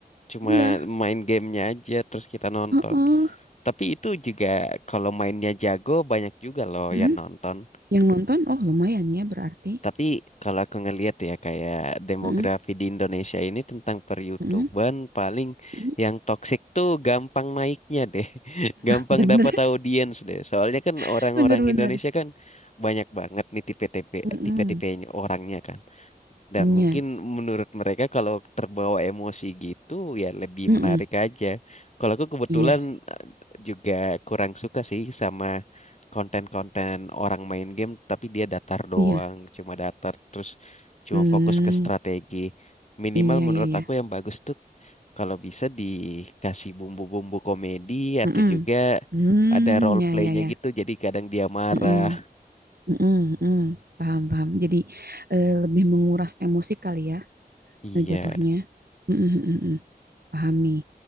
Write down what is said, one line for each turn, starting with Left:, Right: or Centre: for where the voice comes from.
Left: cuma
Right: iya
Left: main gamenya aja terus kita nonton.
Right: heeh.
Left: Tapi itu juga kalau mainnya jago banyak juga loh
Right: mm
Left: yang nonton.
Right: Yang nonton, oh lumayan ya berarti.
Left: Tapi kalau aku ngelihat ya kayak demografi
Right: Mm-mm,
Left: di Indonesia ini tentang peryoutuban
Right: mm-mm,
Left: paling
Right: mm-mm.
Left: yang toksik tuh gampang naiknya deh. <laughs> Gampang
Right: Bener,
Left: dapat audiens deh. Soalnya kan
Right: <laughs>
Left: orang-orang
Right: bener, bener.
Left: Indonesia kan banyak banget nih tipe-tipe
Right: Mm-mm,
Left: tipe-tipenya orangnya kan. Dan
Right: Iya,
Left: mungkin menurut mereka kalau terbawa emosi gitu ya lebih
Right: mm-mm.
Left: menarik aja. Kalau aku kebetulan
Right: Iya sih.
Left: eh, juga kurang suka sih sama konten-konten orang main game tapi dia datar doang,
Right: Iya.
Left: cuma datar terus cuma
Right: Hmm,
Left: fokus ke strategi. Minimal
Right: iya,
Left: menurut
Right: iya, iya.
Left: aku yang bagus tuh kalau bisa dikasih bumbu-bumbu komedi atau
Right: Mm-mm.
Left: juga
Right: Hmm,
Left: ada role
Right: ya,
Left: play-nya
Right: ya, ya.
Left: gitu jadi kadang dia marah.
Right: Mm-mm, mm-mm, mm Paham, paham. Jadi eh, lebih menguras emosi kali ya
Left: Iya.
Right: eh, jatuhnya. Mm-mm, mm-mm. mm. Paham nih.